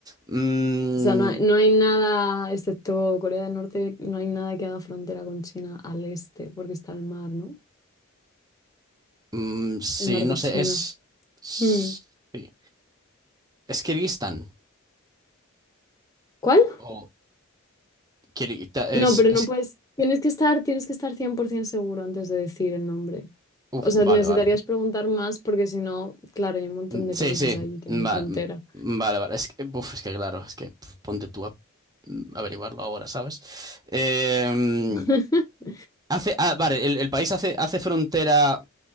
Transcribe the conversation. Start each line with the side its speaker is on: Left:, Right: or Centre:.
Right: Mm,
Left: O sea, no hay, no hay nada, excepto Corea del Norte, no hay nada que haga frontera con China al este, porque está el mar, ¿no?
Right: Mm, sí,
Left: El mar
Right: no
Left: de
Right: sé,
Left: China.
Right: es. s-
Left: Hmm.
Right: sí. ¿Es Kirguistán?
Left: ¿Cuál?
Right: O Kirguita- es,
Left: No, pero
Right: es-
Left: no puedes. Tienes que estar, tienes que estar 100% seguro antes de decir el nombre.
Right: Uf,
Left: O sea,
Right: vale,
Left: necesitarías
Right: vale.
Left: preguntar más porque si no, claro, hay un montón
Right: Mm,
Left: de
Right: Sí,
Left: países
Right: sí.
Left: ahí que
Right: mm,
Left: hacen
Right: va-
Left: frontera.
Right: mm, Vale, vale. Es que, uf, es que claro, es que pf, ponte tú a mm, averiguarlo ahora, ¿sabes? Eh,
Left: <laughs>
Right: hace, ah, vale, el, el país hace, hace frontera.